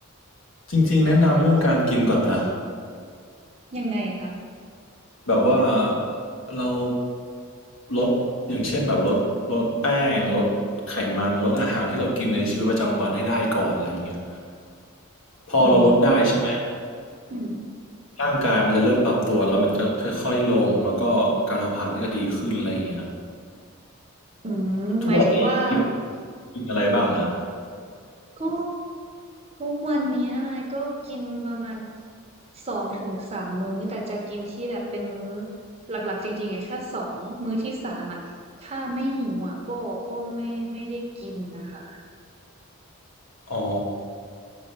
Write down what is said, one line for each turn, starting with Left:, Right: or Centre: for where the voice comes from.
Left: จริงๆแนะนำเรื่องการกินก่อนนะ
Right: ยังไงคะ
Left: แบบว่าเราลดอย่างเช่นแบบลดลดแป้งลดไขมันลดอาหารที่เรากินในชีวิตประจำวันให้ได้ก่อนอะไรอย่างเงี้ยพอเราลดได้ใช่ไหม
Right: อืมอืม
Left: ร่างกายมันจะเริ่มปรับตัวแล้วมันจะค่อยๆลงแล้วก็การเผาผลาญก็จะดีขึ้นอะไรอย่างเงี้ย
Right: อืมหมายถึงว่า
Left: ทุกวันนี้กินกินอะไรบ้างอ่ะ
Right: ก็ทุกวันเนี้ยไยก็กินประมาณสองถึงสามมื้อแต่จะกินที่แบบเป็นมื้อหลักๆจริงๆอ่ะแค่สองมื้อที่สามอ่ะถ้าไม่หิวอ่ะก็ก็ไม่ไม่ได้กินนะคะ
Left: อ๋อ